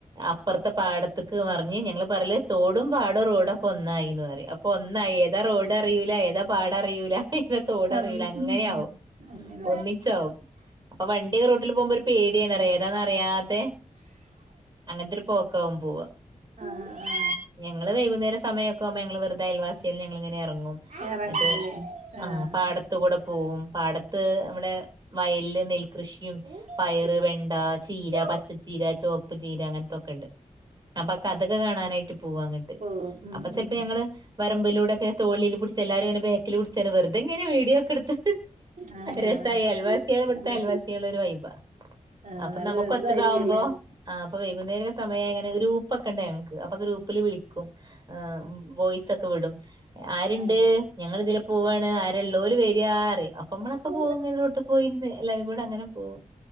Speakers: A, on the right (about 30°); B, on the right (about 65°).
A: അപ്പറത്തെ പാടത്ത്ക്ക് നെറഞ്ഞ് ഞങ്ങള് പറല് തോടും പാടോ റോഡൊക്കൊന്നായീന്ന് പറയും അപ്പൊ ഒന്നായി ഏതാ റോഡ് ഡറിയൂല ഏതാ പാടറിയൂല പിന്നെ തോടറിയൂല
B: അന്ന്
A: അങ്ങനെയാവും
B: ഉം അങ്ങനെ
A: ഒന്നിച്ചാവും അപ്പ വണ്ടി റോട്ടില് പോവുമ്പൊരു പ് പേടിയാണറയും ഏതാന്നറിയാത്തെ അങ്ങനത്തൊരു പോക്കാവും പോവ
B: ആ ആ
A: ഞങ്ങള് വൈകുന്നേരം സമയൊക്കാവുമ്പോ ഞങ്ങള് വെറുതെ അയൽവാസികള് ഞങ്ങളിങ്ങനെ എറങ്ങും
B: ആഹ് എറങ്ങാല്ലേ
A: ന്നട്ട്
B: ആഹ്
A: ആ പാടത്ത് കൂടെ പോവും പാടത്ത് അവടെ വയലില് നെൽകൃഷിയും
B: ആഹ്
A: പയ യറ് വെണ്ട ചീര
B: ഓ
A: പച്ചച്ചീര ചോപ്പ് ചീര അങ്ങനത്തൊക്ക ഇണ്ട് അപ്പക്ക അതക്ക കാണാനായിട്ട് പോവാങ്ങട്ട്
B: ഓ ഉം
A: അപ്പ
B: ഉം
A: ചെൽപ്പ ഞങ്ങള് വരമ്പിലൂടെക്കെ തോളില് പിടിച്ചെല്ലാരു ഇങ്ങനെ ബാക്കില് പിടിച്ചെര വെറുതെ ഇങ്ങനെ വീഡിയോ ഒക്കെടുത്ത്
B: ആഹ്
A: രസാ അയൽവാസികള് ഇവിടത്തയൽ
B: നല്ല
A: ൽവാസികളൊരു വൈബാ
B: ആഹ്
A: അപ്പ
B: നല്ല
A: നമുക്കൊത്തതാവുമ്പോ
B: രസായിരിക്കും അല്ലേ
A: ആപ് വൈകുന്നര സമയങ്ങനെ ഗ്രൂപ്പൊക്കണ്ട് ഞങ്ങ്ക്ക് അപ്പൊ ഗ്രൂപ്പില് വിളിക്കും ആഹ് വോയ്സൊക്ക വിടും ആരിണ്ട്
B: ആഹ്
A: ഞങ്ങളിതിലെ പോവാണ് ആരെള്ളോല് വരിയാറയും അപ്പമ്മളൊക്കെ
B: ഓ
A: പോവുങ്ങനെ റോട്ടി പോയി നിന്ന് എല്ലാരും കൂടങ്ങനെ പോവും